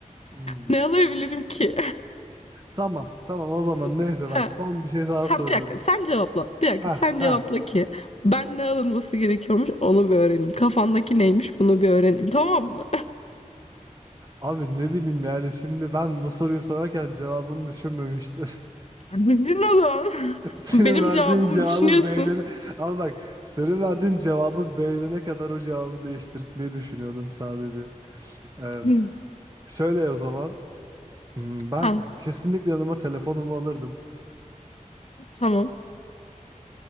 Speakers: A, on the right; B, on the left.
A: Hmm.
B: Ne alabilirim ki?
A: Tamam tamam o zaman
B: <laughs>
A: neyse bak
B: He,
A: son bir şey daha
B: Sen
A: soruyorum.
B: bir dakika sen cevapla. Bir dakika
A: Ha
B: sen
A: ha.
B: cevapla ki ben ne alınması gerekiyormuş onu bir öğreneyim. Kafandaki neymiş bunu bir öğreneyim tamam mı?
A: Abi ne bileyim yani şimdi ben bu soruyu sorarken cevabını düşünmemiştim.
B: Bildin o zaman. <laughs>
A: <laughs> Senin
B: Benim
A: verdiğin
B: cevabımı
A: cevabı
B: düşünüyorsun.
A: beğenene... Ama bak senin verdiğin cevabı beğenene kadar o cevabı değiştirmeyi düşünüyordum sadece. Ee,
B: Hı.
A: şöyle o zaman. Hmm, Ben
B: Ha
A: kesinlikle yanıma telefonumu alırdım.
B: tamam.